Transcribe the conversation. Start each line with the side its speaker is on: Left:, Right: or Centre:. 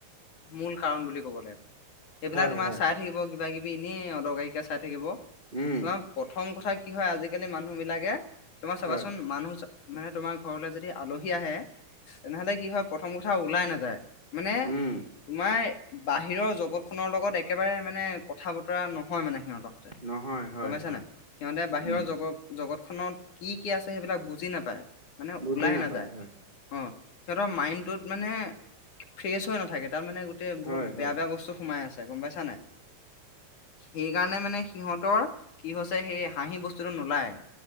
Left: মূল কাৰণ বুলি ক'ব লাগিব। সেইবিলাক
Right: হয়
Left: তোমাৰ
Right: হয়
Left: চাই থাকিব কিবাকিবি এনেই অদৰকাৰীকে চাই থাকিব।
Right: উম
Left: তোমাৰ প্ৰথম কথা কি হয় আজিকালি মানুহ বিলাকে, তোমাৰ চাবাচোন
Right: হয়
Left: মানুহ মানে তোমাৰ ঘৰলৈ যদি আলহী আহে, তেনেহলে কি হয় প্ৰথম কথা ওলাই নাযায়। মানে,
Right: উম
Left: তোমাৰ বাহিৰৰ জগত খনৰ লগত একেবাৰে মানে কথা বতৰা নহয় মানে সিহঁতৰ।
Right: নহয় হয়
Left: গম পাইছা
Right: হয়
Left: নাই? সিহঁতে বাহিৰৰ
Right: উম
Left: জগত জগতখনত কি কি আছে সেইবিলাক বুজি নাপায়। মানে
Right: বুজি
Left: ওলাই
Right: নাপায়
Left: নাযায়।
Right: হয়
Left: অ সিহঁতৰ মাইণ্ডটোত মানে, ফ্ৰেচ হৈ নাথাকে। তাৰ মানে, তে বহুত
Right: হয়
Left: বেয়া
Right: হয়
Left: বেয়া বস্তু সোমাই আছে গম পাইছা নাই? সেই কাৰণে মানে সিহঁতৰ, কি হৈছে সেই হাঁহি বস্তুটো নোলায়।